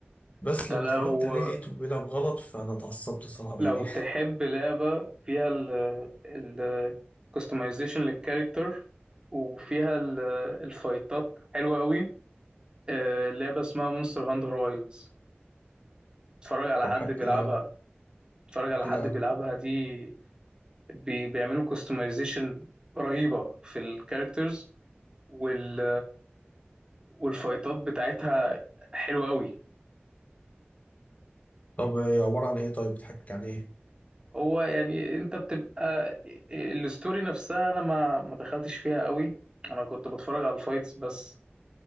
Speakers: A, on the left (about 35°); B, on the right (about 20°).
A: بس
B: انت
A: لما
B: لو
A: اتفرجت عليه لقيته بيلعب غلط فانا اتعصبت صراحة
B: لو
A: يعني
B: تحب لعبة فيها ال ال customization للكاركتر وفيها ال- الفايتات حلوة قوي آه، لعبة اسمها مونستر هانتر وايلدز اتفرج
A: <laughs>
B: على
A: طب
B: حد
A: حكي
B: بيلعبها
A: لي عنها
B: اتفرج
A: حكي
B: على حد
A: لي عنها
B: بيلعبها دي بي بيعملوا كاستمايزيشن رهيبة في الكاركترز وال والفايتات بتاعتها حلوة قوي
A: طب إيه عبارة عن ايه طيب بتحكي عن ايه
B: هو يعني انت بتبقى الستوري نفسها انا ما ما دخلتش فيها قوي انا كنت بتفرج على الفايتس بس